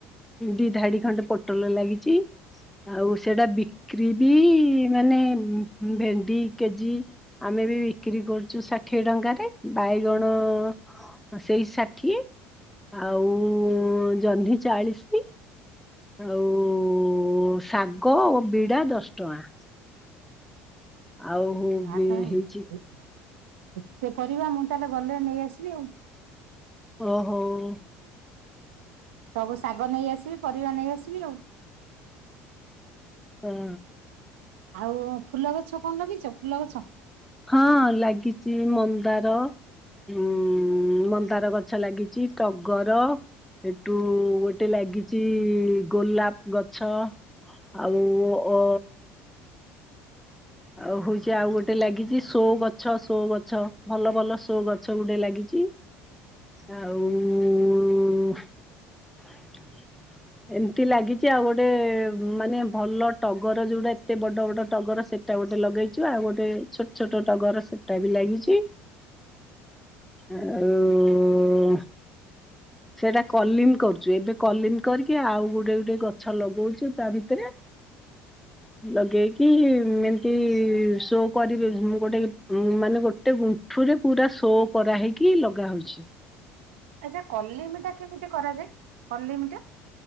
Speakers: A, in the centre; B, on the right.
A: ଦି ଧାଡି ଖଣ୍ଡେ ପୋଟଲ ଲାଗିଛି। ଆଉ ସେଇଟା ବିକ୍ରି ବି ମାନେ ଭେଣ୍ଡି କେଜି ଆମେ ବି ବିକ୍ରି କରୁଛୁ ଷାଠିଏ ଟଙ୍କାରେ ବାଇଗଣ ସେଇ ଷାଠିଏ ଆଉ ଜହ୍ନି ଚାଳିଶ। ଆଉ ଶାଗ ଓ ବିଡା ଦଶ ଟଙ୍କା। ଆଉ
B: ଆ ତାହାଲେ।
A: ହେଇଛି
B: ଏତେ ପରିବା ମୁଁ ତାହେଲେ ଗଲେ ନେଇ ଆସିବି ଆଉ।
A: ଓ ହୋଉ।
B: ସବୁ ଶାଗ ନେଇ ଆସିବି ପରିବା ନେଇଆସିବି ଆଉ।
A: ହଁ।
B: ଆଉ ଫୁଲ ଗଛ କଣ ଲଗେଇଛ ଫୁଲ ଗଛ?
A: ହଁ ଲାଗିଛି ମନ୍ଦାର। ଉଁ ମନ୍ଦାର ଗଛ ଲାଗିଛି ଟଗର। ଏଠୁ ଗୋଟେ ଲାଗିଛି ଗୋଲାପ ଗଛ। ଆଉ ଅ ଆଉ ହଉଛି ଆଉ ଗୋଟେ ଲାଗିଛି ସୋ ଗଛ ସୋ ଗଛ ଭଲ ଭଲ ସୋ ଗଛ ଗୁଡେ ଲାଗିଛି। ଆଉ ଏମତି ଲାଗିଛି ଆଉ ଗୋଟେ ମାନେ ଭଲ ଟଗର ଯୋଉଟା ଏତେ ବଡ ବଡ ଟଗର ସେ ସେଟା ଗୋଟେ ଲଗେଇଛୁ ଆଉ ଗୋଟେ ଛୋଟ ଛୋଟ ଟଗର ସେଟା ବି ଲାଗିଛି। ଆଉ ସେଇଟା କଲିମ କରୁଛୁ ଏବେ କଲିମ କରିକି ଆଉ ଗୋଟେ ଗୋଟେ ଗଛ ଲଗଉଛୁ ତା ଭିତରେ। ଲଗେଇକି ଏମିତି ଶୋ କରି ଗୋଟେ ଉ ମାନେ ଗୋଟେ ଗୁଣ୍ଠୁରେ ପୁରା ସୋ କରାହେଇକି ଲଗା ହଉଛି। ହଁ
B: ଆଚ୍ଛା କଲିମିଟା କେମିତି କରାଯାଏ କଲିମିଟା?